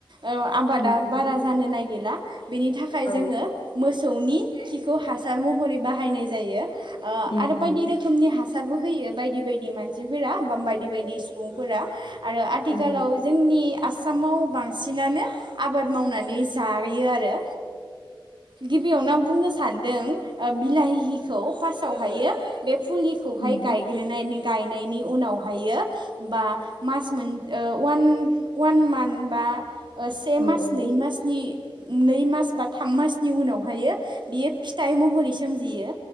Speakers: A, on the right; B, on the left.
A: ओ आबादा
B: उम उम
A: बारा जानो नागिरा। बेनि थाखाय
B: औ
A: जोङो मोसौनि खिखौ हासार महरै बाहायनाय जायो। ओ
B: उम
A: आरो बायदि
B: उम
A: रोखोमनि हा सारबो होयो बायदि बायदि मानसिफोरा बा बायदि बायदि सुबुंफोरा। आरो आथिखालाव
B: उम
A: जोंनि आसामाव बांसिनानो आबाद मावनानै जायो आरो। गिबियावनो आं बुंनो सान्दों बिलाहिखौ फार्स्टआवहायो बे फुलिखौहाय
B: उम
A: गायग्रोनाय गायनायनि उनावहायो बा ओ अवान-अवान मान्थ बा से
B: औ
A: मास
B: औ
A: नै मासनि नै मास बा थाम मासनि उनावहाय बियो फिथाइ महरै सोमजियो।